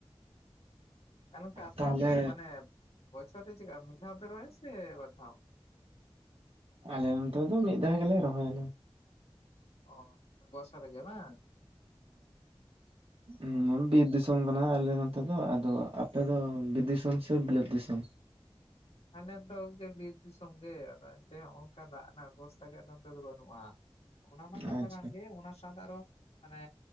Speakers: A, on the left; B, on the right.
A: ᱛᱟᱦᱚᱞᱮ ᱟᱯᱮ
B: ᱛᱟᱦᱚᱞᱮ
A: ᱚᱱᱛᱮᱜᱤ ᱢᱟᱱᱮ ᱵᱚᱪᱷᱨᱮ ᱪᱮᱠᱟ ᱢᱤᱫ ᱫᱷᱟᱣ ᱯᱮ ᱨᱚᱦᱚᱭ ᱥᱮ ᱵᱟᱫᱷᱟᱣ?
B: ᱟᱞᱮ ᱱᱚᱱᱛᱮ ᱫᱚ ᱢᱤᱫ ᱫᱷᱟᱣ ᱜᱮᱞᱮ ᱨᱚᱦᱚᱞᱮ᱾
A: ᱚ ᱵᱚᱨᱥᱟ ᱨᱮ ᱜᱮ ᱵᱟᱝ
B: <inaudible>
A: ᱚ
B: ᱦᱩᱸᱻ ᱵᱤᱨ ᱫᱤᱥᱚᱢ ᱠᱟᱱᱟ ᱟᱞᱮ ᱱᱚᱛᱮ ᱫᱚ। ᱟᱫᱚ ᱟᱯᱮᱫᱚ ᱵᱤᱨ ᱫᱤᱥᱚᱢ ᱥᱮ ᱵᱤᱞᱟᱹᱛ ᱫᱤᱥᱚᱢ?
A: ᱟᱞᱮ ᱛᱚ ᱚᱱᱛᱮ ᱵᱤᱨ ᱫᱤᱥᱚᱢᱜ ᱜᱮ। ᱟᱫᱚ ᱮᱱᱛᱮ ᱦᱚᱸ ᱱᱚᱝᱠᱟ ᱫᱟᱜ ᱨᱮᱱᱟᱜ ᱚᱵᱚᱥᱛᱷᱟ ᱜᱮ ᱱᱚᱛᱮ ᱫᱚ ᱵᱟᱹᱱᱩᱜᱼᱟ। ᱚᱱᱟ ᱢᱟ, ᱠᱟᱛᱷᱟ
B: ᱟᱪᱪᱷᱟ
A: ᱠᱟᱱ ᱜᱮ, ᱚᱱᱟ ᱥᱟᱣᱛᱮ ᱟᱨᱚ, ᱢᱟᱱᱮ